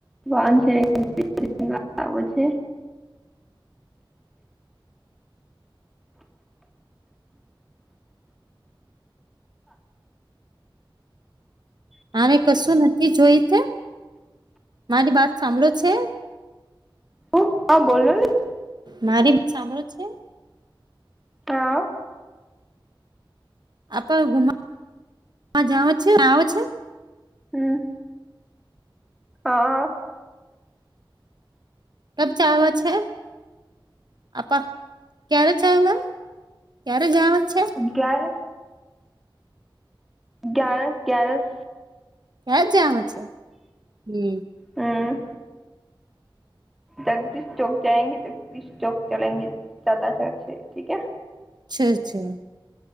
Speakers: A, in the centre; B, on the right.
A: વાન છે. આવું છે.
B: આમે કશું નથી જોય તે? મારી વાત સાંભળો છે?
A: હું? હા બોલો ને.
B: મારી સાંભળો છે?
A: તા.
B: આપ ઘુમા જાવુ છે જાવું છે.
A: હમ્મ. હા.
B: કબ ચાવ છે? આપા, ક્યારે ચાય મેમ, ક્યારે જાવ છે?
A: ક્યારે ગ્યારહ ગ્યારહ
B: કે્યા જમ છે, હમ
A: હમ્મ જગદીશ ચૌક જાયંગી જગદીશ ચોક ચલેંગી ચાલ ચ ઠીકે
B: અ્છ અ્ છે.